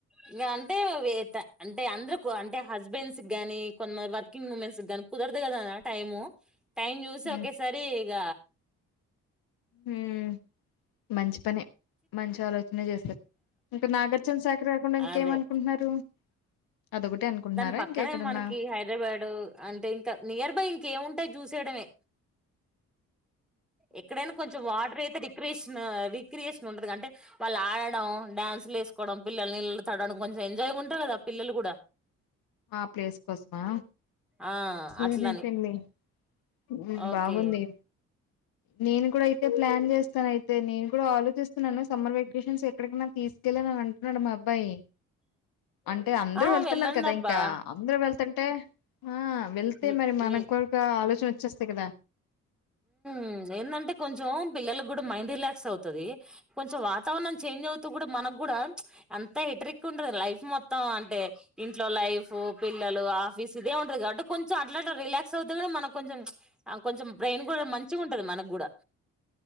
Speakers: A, in the centre; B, on the left (about 65°).
A: ఇగ అంటే అవి అంటే అందరకు అంటె హస్బెండ్స్ కి గానీ కొంతమంది వర్కింగ్ ఉమెన్స్ కి గాన్ కుదరదు కద టైము టైం చూసి
B: హ్మ్
A: ఒకేసారి ఇగ
B: హూమ్ మంచ్ పనె మంచి ఆలోచనే చేసారు ఇంకా నాగార్జన సాగర్ కాకుండా ఇంకేమి
A: అదే
B: అనుకుంటున్నారు? అదొకటే అనుకుంటున్నారా
A: దాని పక్కనే
B: ఇంకా ఎక్కడన్నా
A: మనకి హైద్రబాడ్ అంటే ఇంకా నియర్ బై ఇంకేముంటయి చూసి చేయడమే ఎక్కడైనా కొంచెం వాటర్ అయితే విక్రిష్ విక్రియేషన్ ఉండది అంటే వాళ్ళు ఆడడం డాన్స్లు వేసుకోవడం పిల్లలు నీళ్ళలో తడవడం కొంచెం ఎంజాయ్ ఉంటరు కదా పిల్లలు గూడ
B: ఆ ప్లేస్ కోస్ మా
A: ఆ అట్లని
B: ఉహు పిన్ని ఉమ్
A: ఓకే
B: బాగుంది నేను కూడా అయితే ప్లాన్ చేస్తాను అయితే నేను కూడా ఆలోచిస్తున్నాను సమ్మర్ వెకేషన్స్ ఎక్కడికైనా తీసుకెళ్ళడా దొ అంటున్నడు మా అబ్బాయి అంటె అందరూ
A: ఆ
B: వెళ్తున్నారు
A: వెళ్ళండి
B: కదా
A: అబ్బా
B: ఇంకా అందరూ వెళ్తుంటే ఆ వెళ్తే
A: మీ
B: మరి మన
A: మీ
B: కూడ్క ఆలోచన వచ్చేస్తయి కదా
A: ఉమ్ ఏందంటే కొంచెం పిల్లలకు కూడా మైండ్ రిలాక్స్ అవుతుది కొంచెం వాతావరణం చేంజ్ అవుతూ కూడా మనం మనకు కూడా అంత హెట్రిక్ ఉంటది లైఫ్ మొత్తం అంటే ఇంట్లో లైఫ్ పిల్లలు ఆ ఆఫీస్ ఇదే ఉంటది కాబట్టి కొంచెం అట్ల అట్ల రిలాక్స్ అవుతదని మనం కొంచెం చుప్ ఆ కొంచెం బ్రెయిన్ కూడా మంచిగుంటది మనక్ గుడా